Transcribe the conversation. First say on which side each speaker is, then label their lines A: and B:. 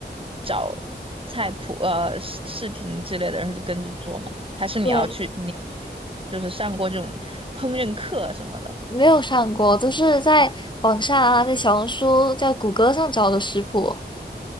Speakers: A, on the right (about 30°); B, on the left (about 25°).
A: 找菜谱呃视视频之类的，然后就跟着做吗？还是你要去你要去就是上过这种烹饪课什么的？
B: 对，没有上过，都是在网上啊，在小红书、在谷歌上找的食谱。